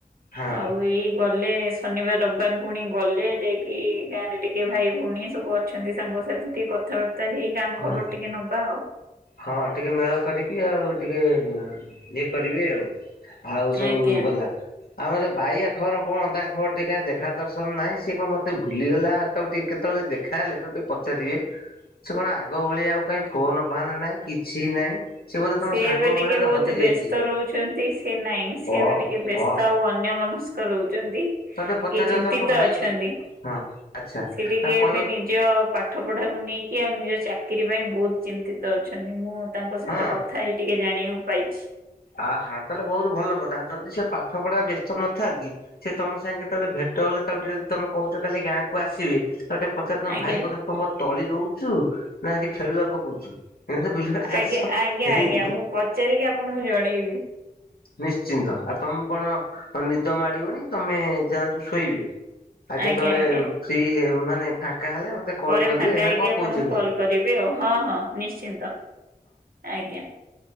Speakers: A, on the left (about 75°); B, on the right (about 70°).
A: ହଁ
B: ଆଉ ଏଇ ଗଲେ ଶନିବାର, ରବିବାର ବାର ଭୁଣି ଗଲେ ଯାଇକି ଗାଁ ରେ ଟିକେ ଭାଇ ଭଉଣୀ ସବୁ ଅଛନ୍ତି ସାଙ୍ଗସାଥି ଟିକେ କଥାବାର୍ତ୍ତା ହେଇକି ଗାଁ
A: ହଁ
B: ଖବର ଟିକେ ନବା ଆଉ
A: ହଁ ଟିକେ ମେଳ କରିକି ଆଉ ଟିକେ ଇଏ କରିବେ ଆଉ। ଆଉ ସବୁ
B: ଆଜ୍ଞା।
A: ଗଲା ଆମର ଯ ବାଇଆ ଖବର କଣ, ତା ଖବର ଟିକେ କଣ ଦେଖା ଦର୍ଶନ ନାହିଁ, ସିଏ କଣ ମତେ ଭୁଲିଗଲା। ତାକୁ ଟିକେ କେତେବେଳେ ଦେଖା ହେଲେ ତାକୁ ଟିକେ ପଚାରିବେ। ସେ କଣ ଆଗ ଭଳିଆ ଆଉ କାଇଁ ଫୋନ ଫାନ୍ ନାହିଁ, କିଛି ନାହିଁ। ବୋଧେ ତମ
B: ସେ
A: ସାଙ୍ଗ
B: ଏବେ ଟିକେ
A: ମେଳରେ
B: ବହୁତ
A: ହଜି ଯାଇଛି।
B: ବ୍ୟସ୍ତ ରହୁଛନ୍ତି, ସେ ନାଇଁ
A: କହ
B: ସେ ଏବେ ଟିକେ ବ୍ୟସ୍ତ
A: କହ
B: ଆଉ ଅନ୍ୟ ମନ ରହୁଛନ୍ତି।
A: ତ ଟିକେ ପଚାରିବ
B: ଚିନ୍ତିତ
A: ତାଙ୍କ ଭାଇକ
B: ଅଛନ୍ତି।
A: ହଁ ଆଚ୍ଛା
B: ସେ ଟିକେ
A: ତାଙ୍କୁ କହିବ
B: ଏବେ ନିଜ ପାଠ ପଢାକୁ ନେଇକି ଆଉ ନିଜ ଚାକିରୀ ପାଇଁ ବହୁତ ଚିନ୍ତିତ ଅଛନ୍ତି, ମୁଁ ତାଙ୍କ
A: ହଁ
B: ସହିତ କଥା ହେଇ ଟିକେ ଜାଣିବାକୁ ପାଇଛି।
A: ଆ ହା ତାହେଲେ ବହୁତ ଭଲ କଥା, ଯଦି ସେ ପାଠ ପଢା ବ୍ୟସ୍ତ ନଥାନ୍ତି ସେ ତମ ସାଙ୍ଗ କେତେବେଳେ ଭେଟ ହେଲେ, ତାକୁ ଟିକେ ତମେ କହୁଛ କାଲି ଗାଁକୁ ଆସିବେ, ତାକୁ ଟିକେ ପଚାର ତମ
B: ଆଜ୍ଞା
A: ଭାଇ <unintelligible> ତଳି ଦଉଛୁ। ନା ସେଠି ଖେଳୁଆ ପକଉଛୁ, ଏଇନା ତ ବିଲବାଡି ଚାଷ
B: ଆଜ୍ଞା ଆଜ୍ଞା
A: ହେଇନି।
B: ଆଜ୍ଞା ମୁଁ ପଚାରିକି ଆପଣଙ୍କୁ ଜଣେଇବି।
A: ନିଶ୍ଚିନ୍ତ, ଆପଣ ଙ୍କୁ କଣ ନିଦ ମାଡିବନି ତମେ ଯାଆନ୍ତୁ ଶୋଇବେ। ଆଉ କେତେବେଳେ
B: ଆଜ୍ଞା ଆଜ୍ଞା
A: ଫ୍ରି ମାନେ ଫାଙ୍କା ହେଲେ ମତେ କଲ୍
B: ପରେ
A: କରିବେ
B: ଫାଙ୍କା
A: ନା
B: ହେଇକି
A: କଣ
B: ଆପଣଙ୍କୁ
A: କହୁଛନ୍ତି?
B: କଲ କରିବି ଆଉ ହଁ ହଁ ନିଶ୍ଚିନ୍ତ ଆଜ୍ଞା